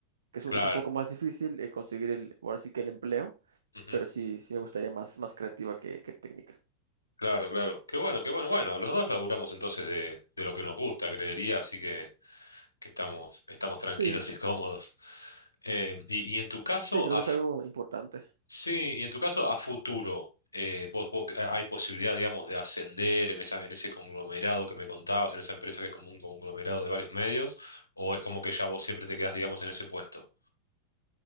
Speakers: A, on the right (about 70°); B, on the left (about 80°).
A: que es,
B: claro,
A: un es un poco más difícil eh, conseguir el, ahora sí que el empleo,
B: ujú,
A: pero sí, sí me gustaría más, más creativa que, que técnica.
B: Claro, claro. Qué bueno, qué bueno. Bueno, los dos laburamos entonces de, de lo que nos gusta, creería, así que, que estamos, estamos tranquilos
A: Sí,
B: y cómodos. Eh, y, y en tu caso,
A: sí, creo
B: a,
A: que es
B: fu-
A: algo importante.
B: sí, y en tu caso, a futuro, eh, vos, vos- ¿hay posibilidad, digamos, de ascender en esa, en ese conglomerado que me contabas, en esa empresa que es como un conglomerado de varios medios, o es como que ya vos siempre te quedás, digamos, en ese puesto?